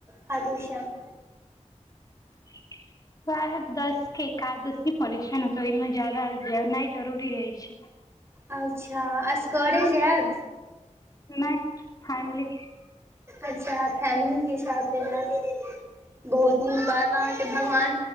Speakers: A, on the right; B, on the left.
A: खाटू श्याम।
B: <inaudible> शायद दस क एकादशी पड़ै छै न, हं ओहिम ज्यादा जनाय जरूरी रहय छै।
A: अच्छा असगरे जायब।
B: नहि फैमिली।
A: अच्छा फैमिलीे के साथे जायब। बहुत नीक बात अहाके भगवान